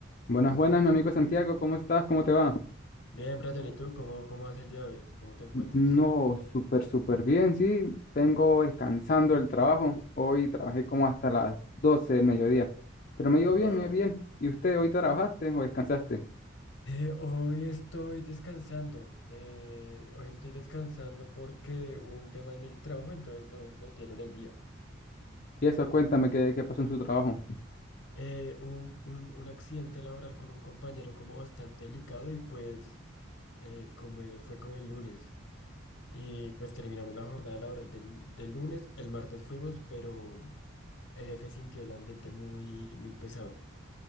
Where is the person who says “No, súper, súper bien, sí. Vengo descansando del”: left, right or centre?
Left